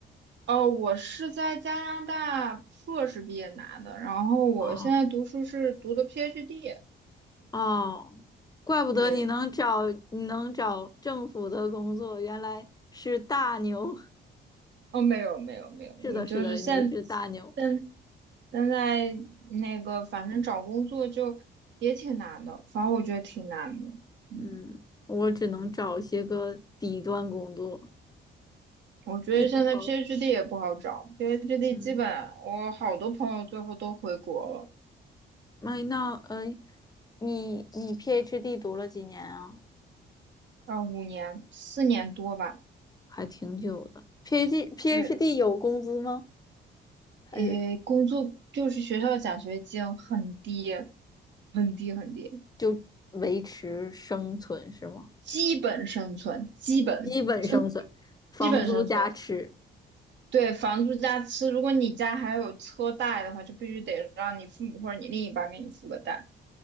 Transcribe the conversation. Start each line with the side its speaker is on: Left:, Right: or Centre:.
Right: 哦，我是在加拿大硕士毕业拿的，然后我现在读书是读的
Left: 哦
Right: PhD。
Left: 哦，怪不得你能找你能找政府的工作，
Right: 对，
Left: 原来是大牛。<laughs>
Right: 哦，没有没有没有，我就是现
Left: 是的，是的，你是大牛。
Right: 现现在那个，反正找工作就也挺难的，反正我觉得挺难的。嗯
Left: 嗯，我只能找些个底端工作。
Right: 我觉得现在
Left: 你好，
Right: PhD 也不好找，PhD
Left: 嗯，
Right: 基本我好多朋友最后都回国了，
Left: 麦那呃，你你 PhD 读了几年啊？
Right: 啊，五年四年多吧，
Left: 还挺久的。PhD PhD
Right: 对，
Left: 有工资吗？还是？
Right: 诶，工作就是学校奖学金很低，很低很低，
Left: 就维持生存是吗？
Right: 基本生存，基本真的
Left: 基本生存，房租加吃。
Right: 基本生存，对，房租加吃，如果你家还有车贷的话，就必须得让你父母或者你另一半给你付个贷，